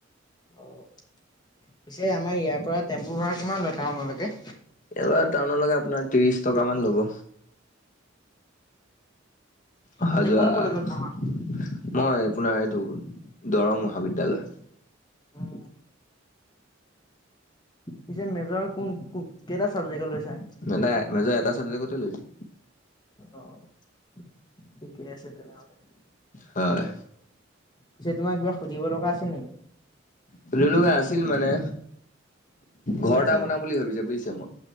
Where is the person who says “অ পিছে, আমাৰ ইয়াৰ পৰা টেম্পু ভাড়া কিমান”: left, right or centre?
Left